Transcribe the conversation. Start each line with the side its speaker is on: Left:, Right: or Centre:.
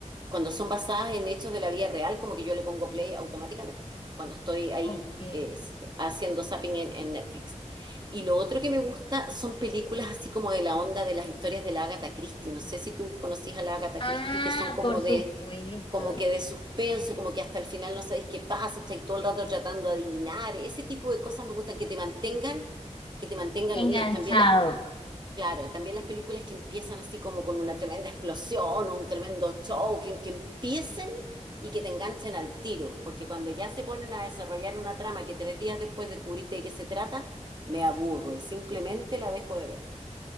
Right: cuando son basadas en hechos de la vida real, como que yo le pongo play automáticamente, cuando estoy ahí
Left: Ok.
Right: eh, haciendo zapping en, en Netflix. Y lo otro que me gusta son películas así como de la onda de las historias de la Agatha Christie. No sé si tú conocís a la Agatha
Left: Ah,
Right: Christie, que son como
Left: por supuesto.
Right: de, como que de suspenso, como que hasta el final no sabéis qué pasa, y estáis todo el rato tratando de adivinar. Ese tipo de cosas me gustan, que te mantengan, que te mantengan
Left: Enganchado.
Right: unidas. También las Claro, también las películas que empiezan así como con una tremenda explosión o un tremendo show, que, que empiecen y que te enganchen al tiro, porque cuando ya se ponen a desarrollar una trama que tres días después descubriste de qué se trata, me aburro y simplemente la dejo de ver.